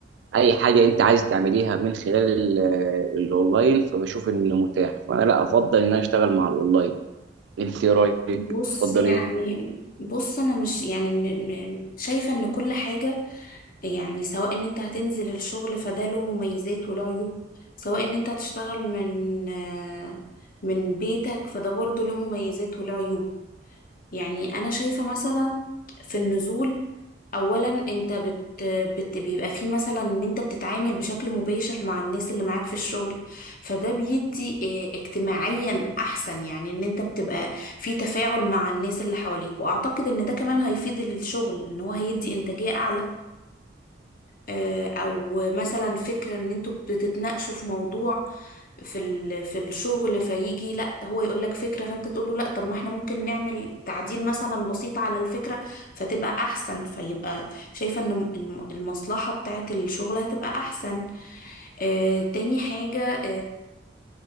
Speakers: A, on the right; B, on the left.
A: اي حاجه انت عايز تعمليها من خلال ال- آه، الاونلاين فبشوف انه متاح فانا لا افضل ان انا اشتغل مع الاونلاين انت إيه رايك
B: بص
A: تفضل
B: يعني
A: ايه
B: بص انا مش يعني م- م- شايفة ان كل حاجة يعني سواء ان انت هتنزل الشغل فده له مميزات وله عيوب سواء ان انت هتشتغل من آه، من بيتك فده برضه له مميزات وله عيوب يعني انا شايفة مثلا في النزول اولا انت بت... بت... بيبقى فيه مثلا ان انت بتتعامل بشكل مباشر مع الناس اللي معاك في الشغل فده بيدي اه، اجتماعيا احسن يعني ان انت بتبقى في تفاعل مع الناس اللي حواليك واعتقد ان ده كمان هيفيد الشغل ان هو هيدي انتاجية اعلى اه، او مثلا فكرة ان انتوا بتتناقشوا في موضوع في ال- في الشغل فيجي لا هو يقول لك فكرة فانت تقول له لا طب ما احنا ممكن نعمل تعديل مثلا بسيط على الفكرة فتبقى احسن فيبقى شايفة ان الم- المصلحة بتاعت الشغل هتبقى احسن آه تاني حاجة